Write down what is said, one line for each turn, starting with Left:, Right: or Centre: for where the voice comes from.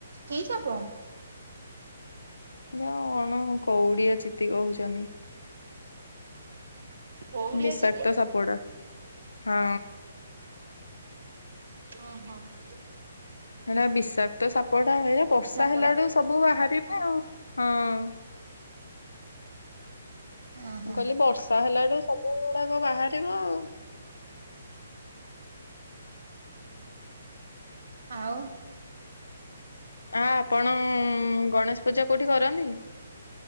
Right: କି ସାପ?
Left: ଯଉ କଣ କଉଡିଆ ଚିତି କହୁଛନ୍ତି।
Right: କଉଡି
Left: ବିଷାକ୍ତ
Right: ଅଛି କି?
Left: ସାପଡା ହଁ।
Right: ହଁ ହଁ।
Left: ଏ ବିଷାକ୍ତ ସାପ ଟା ଏ ବର୍ଷା
Right: ସାପର
Left: ହେଲାଡୁ ସବୁ ବାହାରିବ ଆଉ ହଁ।
Right: ଓହୋ
Left: ମୁଁ କହିଲି ବର୍ଷା ହେଲାଡୁ ସବୁ ଗୁଡାକ ବାହାରିବ ଆଉ।
Right: ଆଉ
Left: ଆ ଆପଣ ଗଣେଶ ପୂଜା କଉଠି କରନ୍ତି?